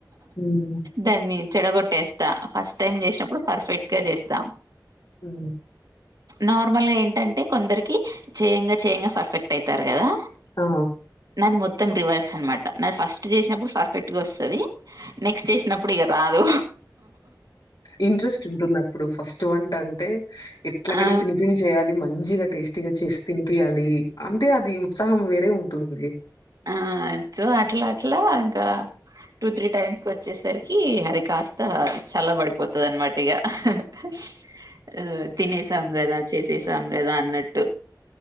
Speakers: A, on the left; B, on the right.
A: ఉమ్
B: దాన్ని చెడగొట్టేస్తా ఫస్ట్ టైం చేసినప్పుడు పర్ఫెక్ట్ గా చేస్తా
A: ఉ
B: నార్మల్గా ఏంటంటే కొందరికి చేయంగా చేయంగా పర్ఫెక్ట్ అయితారు కదా
A: ఆ
B: నాది మొత్తం రివర్స్ అనమాట నాది ఫస్ట్ చేసినప్పుడు పర్ఫెక్ట్ గా వస్తది నెక్స్ట్ చేసినప్పుడు ఇగ రాదు
A: ఇంట్రెస్ట్ ఉంటుంది అప్పుడు ఫస్ట్ వంట అంటే ఎట్లాగైనా
B: ఆ
A: దీని ఏం చేయాలి మంచిగా టేస్టీగా చేసి తినిపియాలి అంటే అది ఉత్సాహం వేరే ఉంటుంది
B: ఆ సో అట్లా అట్లా ఇంకా టూ త్రీ టైమ్స్ కు వచ్చేసరికి అది కాస్త చల్ల పడిపోతుంది అనమాట ఇక ఆ తినసాం కదా చేసేసాం కదా అన్నట్టు